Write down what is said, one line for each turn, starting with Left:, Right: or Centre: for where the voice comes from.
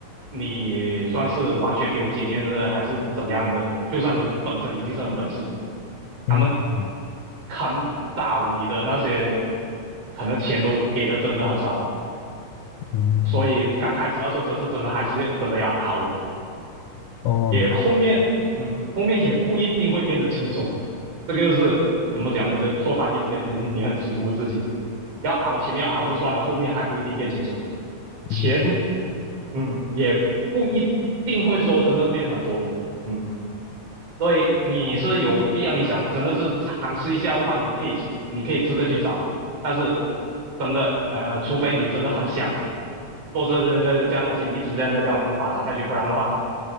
Right: 你算是完全没有经验的，还是怎样的？就算你本身已经是很本事，他们
Left: 嗯嗯，
Right: 肯找你的那些，可能钱都给的真的很少，
Left: 嗯，
Right: 所以刚开始的时候，真是真的还是真的要熬了。
Left: 哦，
Right: 也后面嗯，
Left: 明，
Right: 后面也不一定会变得轻松，这个是怎么讲呢？这做翻译这边的你你很辛苦的事情，要熬前面要熬就算了，后面还不一定变轻松。钱
Left: 嗯
Right: 嗯，也不一定会说真的变很多，嗯，所以你是有必要，你想真的是尝试一下的话，你可以你可以自个去找，但是真的呃，除非你真的很想做这这这这样东西，一直这样这样这样发展下去，不然的话